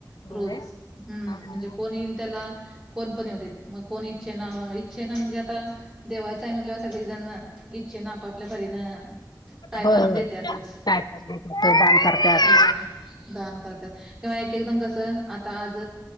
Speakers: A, on the right (about 20°); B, on the left (about 65°).
A: रोज
B: होय हा
A: हम्म
B: हा
A: म्हणजे कोण येईल त्याला कोणपण होते मग कोण इच्छे ना इच्छेन म्हणजे आता देवाचा आहे मुलावर सग जण इच्छे ना आपप आपल्यापरीन काय
B: होय
A: पण
B: होय
A: देततच
B: काय चाललंय तुमचं दान करत्यात
A: होय दान करतात किंवा एक एकदम कसं आता आज